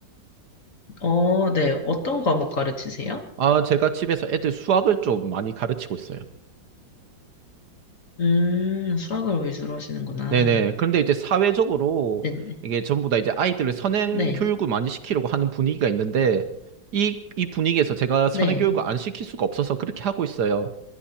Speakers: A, on the left; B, on the right.
A: 어, 네. 어떤 과목 가르치세요?
B: 아, 제가 집에서 애들 수학을 좀 많이 가르치고 있어요.
A: 음, 수학을 위주로 하시는구나.
B: 네네. 그런데 이제 사회적으로
A: 네네.
B: 이게 전부 다 이제 아이들을 선행
A: 네.
B: 교육을 많이 시키려고 하는 분위기가 있는데, 이, 이 분위기에서 제가 선행
A: 네.
B: 교육을 안 시킬 수가 없어서 그렇게 하고 있어요.